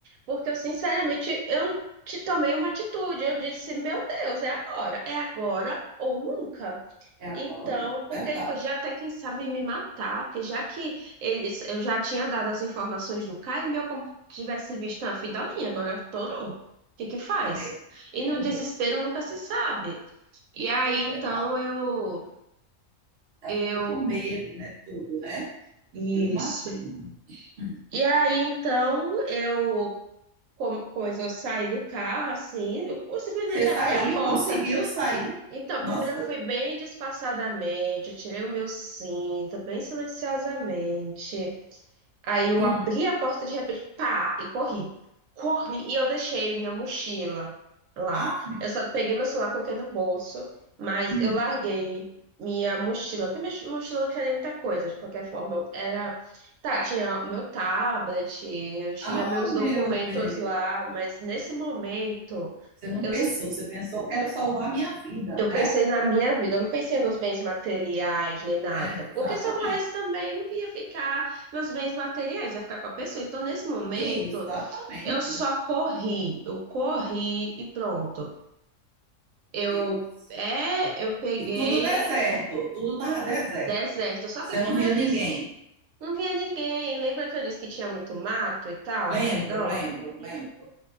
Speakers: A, on the right; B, on the right.
A: porque eu sinceramente eu te tomei uma atitude, eu disse, meu Deus, é agora, é agora ou nunca.
B: É agora
A: Então,
B: ou nunca,
A: porque
B: é verdade.
A: ele podia até, quem sabe, me matar, porque já que eles, eu já tinha dado as informações do cara, ele meio como tivesse visto na fim da linha, agora torou. O que que faz?
B: É mesmo,
A: E no
B: é mesmo,
A: desespero nunca se sabe. E aí, então,
B: é verdade.
A: eu...
B: Já
A: Eu...
B: ficou com medo, né? Tudo, né?
A: Isso.
B: Eu imagino. Hum.
A: E aí, então, eu... como- Pois eu saí do carro, assim, eu simplesmente
B: Você
A: abri
B: saiu,
A: a porta.
B: conseguiu sair.
A: Então,
B: Nossa,
A: primeiro eu fui bem disfarçadamente, eu tirei o meu cinto, bem silenciosamente. Aí eu
B: sim.
A: abri a porta de repente, pá, e corri. Corri e eu deixei minha mochila lá.
B: Ah,
A: Eu só peguei meu celular, coloquei no bolso, mas
B: Hum.
A: eu larguei minha mochila, porque minha mochila não tinha nem muita coisa, de qualquer forma. eu Era. Tá, tinha o meu tablet, eu tinha
B: Ah,
A: meus documentos
B: meu Deus.
A: lá, mas nesse momento.
B: Você não
A: Eu,
B: pensou, você pensou, quero salvar minha vida,
A: eu
B: né?
A: pensei na minha vida, eu não pensei nos bens materiais nem nada.
B: Exatamente.
A: Porque se eu morresse também, não ia ficar nos bens materiais, ia ficar com a pessoa. Então, nesse momento,
B: Exatamente.
A: eu só corri, eu corri e pronto. Eu,
B: Deus.
A: é, eu peguei
B: E tudo deserto, tudo estava deserto.
A: deserto. Só
B: Você
A: que, como
B: não via
A: eu
B: ninguém.
A: disse, não via ninguém. Lembra que eu disse que tinha muito mato e tal
B: Lembro,
A: ao redor?
B: lembro, lembro.